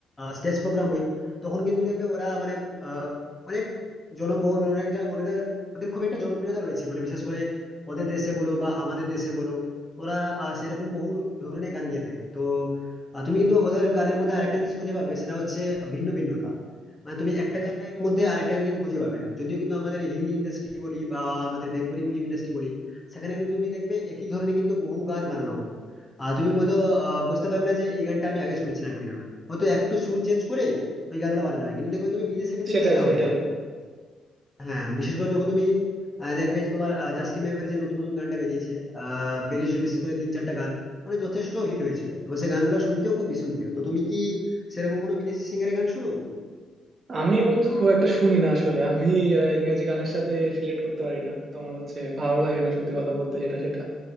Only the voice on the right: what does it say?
সেটাই
সেটাই
আমি বন্ধু খুব একটা শুনি না আসলে আমি আহ, ইংরেজি গানের সাথে রিলেট করতে পারি না তোমার হচ্ছে ভালো লাগে না সত্যি কথা বলতে যেটা সেটা